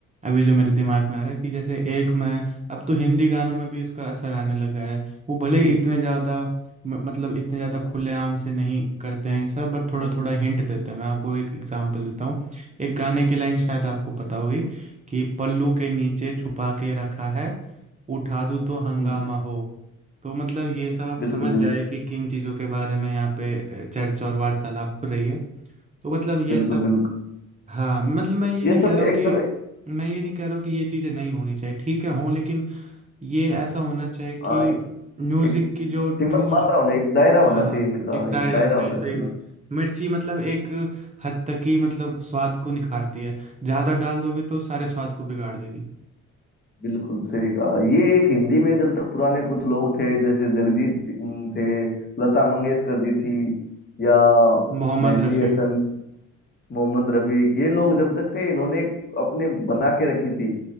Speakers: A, on the right (about 25°); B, on the left (about 35°).
A: अभी जो मेरे दिमाग में आ रहा है कि जैसे एक मैं अब तो हिंदी गानों में भी इसका असर आने लगा है वो भले ही इतने ज़्यादा म- मतलब इतने ज़्यादा खुलेआम से नहीं करते हैं सब बट थोड़ा
B: बिल्कुल
A: थोड़ा हिंट देते हैं मैं आपको एक एग्जांपल देता हूँ एक गाने की लाइन शायद आपको पता होगी कि पल्लू के नीचे छुपा के रखा है उठा दूँ तो हंगामा
B: हम्म,
A: हो तो मतलब ये सब आप
B: बिल्कुल
A: समझ
B: बिल्कुल
A: जाए कि किन चीज़ों के बारे में यहाँ पे अ, चर्चा और वार्तालाप हो रही है तो मतलब ये
B: बिल्कुल
A: सब
B: बिल्कुल
A: हाँ मतलब मैं ये
B: ये
A: नहीं कह
B: सब
A: रहा हूँ
B: एक
A: कि
B: समय
A: मैं ये नहीं कह रहा हूँ कि ये चीज़ें नहीं होनी चाहिए ठीक है हों लेकिन ये ऐसा होना चाहिए कि
B: हाँ
A: म्यूज़िक
B: एक
A: की जो
B: सीमित
A: ट्रू
B: मात्रा होना एक दायरा
A: हाँ
B: होना चाहिए
A: हाँ
B: इनका
A: एक दायरा
B: एक दायरा
A: सही
B: होना
A: सही
B: चाहिए
A: बात मिर्ची मतलब एक हद तक ही मतलब स्वाद को निखारती है ज़्यादा डाल दोगे तो सारे स्वाद को बिगाड़ देगी
B: बिल्कुल सही कहा ये एक हिंदी में जब तक पुराने कुछ लोग थे जैसे जगजीत सिंह थे लता मंगेशकर जी थी या
A: मोहम्मद
B: मेहंदी
A: रफ़ी
B: हसन मोहम्मद रफीक ये लोग जब तक थे इन्होंने एक अपने बना के रखी थी